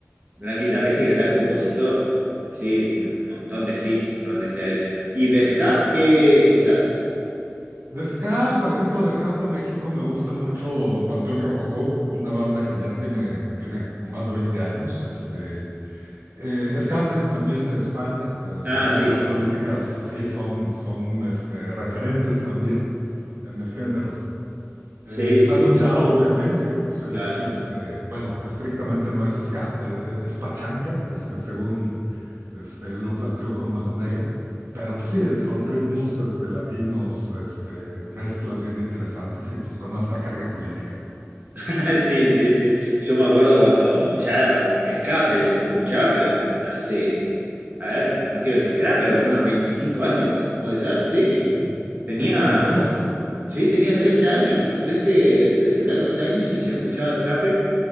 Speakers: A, on the right; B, on the right.
A: Gran guitarrista y gran compositor. Sí, un montón de hits realmente ha hecho. ¿Y de ska qué escuchás?
B: De ska, por ejemplo, de acá de México me gusta mucho Panteón Rococó, una banda que ya tiene, tiene más de 20 años. Este, eh, Escape también de España, eh, sus
A: Ah,
B: letras
A: sí,
B: políticas sí son, son este, referentes también en el género.
A: sí,
B: Eh,
A: sí,
B: Manu
A: sí,
B: Chao, obviamente, que pues es,
A: claro.
B: este, bueno, estrictamente no es ska, e- e- es, pachanca, este, según este, lo planteó con Mano Negra, pero pues sí, son ritmos este, latinos, este, mezclas bien interesantes y pues con alta carga política,
A: <laughs> Sí, sí, sí. Yo me acuerdo cuando ya Escape lo escuchaba, pero hace, a ver, no quiero exagerar, pero unos 25 años, puede ser, sí.
B: <laughs>
A: Tenía,
B: sin problemas.
A: sí, tenía 13 años, trece, trece, 14 años y ya escuchaba Escape.